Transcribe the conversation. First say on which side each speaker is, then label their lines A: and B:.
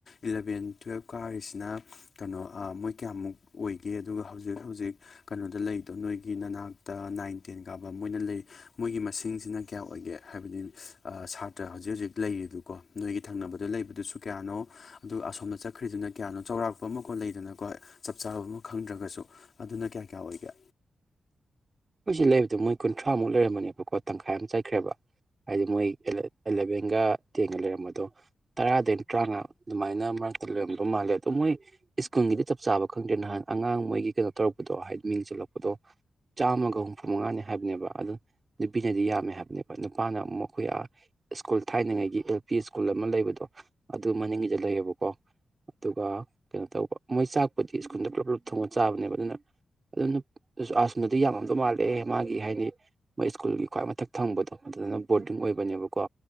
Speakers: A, on the left; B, on the right.
A: ꯏꯂꯚꯦꯟ ꯇꯨꯌꯦꯞ ꯀꯥꯔꯤꯁꯤꯅ ꯀꯩꯅꯣ ꯃꯣꯏ ꯀꯌꯥꯃꯨꯛ ꯑꯣꯏꯒꯦ ꯑꯗꯨꯒ ꯍꯧꯖꯤꯛ ꯍꯧꯖꯤꯛ ꯀꯩꯅꯣꯗ ꯂꯩꯗꯣ ꯅꯣꯏꯒꯤ ꯅꯅꯥꯛꯇ ꯅꯥꯏꯟ ꯇꯦꯟ ꯀꯥꯕ ꯃꯣꯏꯅ ꯂꯩ ꯃꯣꯏꯒꯤ ꯃꯁꯤꯡꯁꯤꯅ ꯀꯌꯥ ꯑꯣꯏꯒꯦ ꯍꯥꯏꯕꯗꯤ ꯁꯥꯇ꯭ꯔ ꯍꯧꯖꯤꯛ ꯍꯧꯖꯤꯛ ꯂꯩꯔꯤꯗꯨ꯫ ꯀꯣ ꯅꯣꯏꯒꯤ ꯊꯪꯅꯕꯗ ꯂꯩꯕꯗꯨꯁꯨ ꯀꯌꯥꯅꯣ ꯑꯗꯨꯒ ꯑꯁꯣꯝꯗ ꯆꯠꯈ꯭ꯔꯤꯗꯨꯅ ꯀꯌꯥꯅꯣ ꯆꯧꯔꯥꯛ ꯐꯝꯃꯀꯣꯟ ꯂꯩꯗꯅꯀꯣ ꯆꯞ ꯆꯥꯕ ꯑꯃ ꯈꯪꯗ꯭ꯔꯒꯁꯨ ꯑꯗꯨꯅ ꯀꯌꯥ ꯀꯌꯥ ꯑꯣꯏꯒꯦ꯫
B: ꯃꯣꯏꯁꯤ ꯂꯩꯕꯗꯣ ꯃꯣꯏ ꯀꯨꯟꯊ꯭ꯔꯥꯃꯨꯛ ꯂꯩꯔꯝꯕꯅꯦꯕꯀꯣ ꯇꯪꯈꯥꯏ ꯑꯃ ꯆꯠꯈ꯭ꯔꯦꯕ ꯍꯥꯏꯗꯤ ꯃꯣꯏ ꯑ‌ꯦꯂꯥ ꯑꯦꯂꯚꯦꯟꯒ ꯇꯦꯟꯒ ꯂꯩꯔꯝꯕꯗꯣ ꯇꯔꯥꯗꯒꯤ ꯇ꯭ꯔꯥꯡꯉꯥ ꯑꯗꯨꯃꯥꯏꯅ ꯃꯔꯛꯇ ꯂꯩꯔꯝꯗꯧ ꯃꯥꯜꯂꯦ ꯑꯗ‌ꯣ ꯃꯣꯏ ꯁ꯭ꯀꯨꯜꯒꯤꯗꯤ ꯆꯞ ꯆꯥꯕ ꯈꯪꯗ꯭ꯔꯦ ꯅꯍꯥꯟ ꯑꯉꯥꯡ ꯃꯣꯏꯒꯤ ꯀꯩꯅꯣ ꯇꯧꯔꯛꯄꯗꯣ ꯍꯥꯏꯗꯤ ꯃꯤꯡ ꯆꯜꯂꯛꯄꯗꯣ ꯆꯥꯝꯃꯒ ꯍꯨꯝꯐꯨ ꯃꯉꯥꯅꯤ ꯍꯥꯏꯕꯅꯦꯕ ꯑꯗꯨ ꯅꯨꯄꯤꯅꯗꯤ ꯌꯥꯝꯃꯦ ꯍꯥꯏꯕꯅꯦꯕ ꯅꯨꯄꯥꯅ ꯑꯃꯨꯛ ꯃꯈꯣꯏ ꯑꯥ ꯁ꯭ꯀꯨꯜ ꯊꯥꯏꯅꯉꯩꯒꯤ ꯑꯦꯜ ꯄꯤ ꯁ꯭ꯀꯨꯜ ꯑꯃ ꯂꯩꯕꯗꯣ ꯑꯗꯨ ꯃꯅꯤꯡꯒꯤꯗ ꯂꯩꯌꯦꯕꯀꯣ ꯑꯗꯨꯒ ꯀꯩꯅꯣ ꯇꯧꯕ ꯃꯣꯏ ꯆꯥꯛꯄꯨꯗꯤ ꯁ꯭ꯀꯨꯜꯗ ꯄꯨꯂꯞ ꯄꯨꯂꯞ ꯊꯣꯡꯉ ꯆꯥꯕꯅꯦꯕ ꯑꯗꯨꯅ ꯑꯗꯨ ꯅꯨꯞ ꯑ ꯁ‌ꯣꯝꯅꯗꯤ ꯌꯥꯝꯃꯝꯗꯧ ꯃꯥꯜꯂ‌ꯦ ꯃꯥꯒꯤ ꯍꯥꯏꯗꯤ ꯃꯣꯏ ꯁ꯭ꯀꯨꯜꯒꯤ ꯈ꯭ꯋꯥꯏ ꯃꯊꯛ ꯊꯪꯕꯗꯣ ꯑꯗꯨꯅ ꯕꯣꯔꯗꯤꯡ ꯑꯣꯏꯕꯅꯦꯕꯀꯣ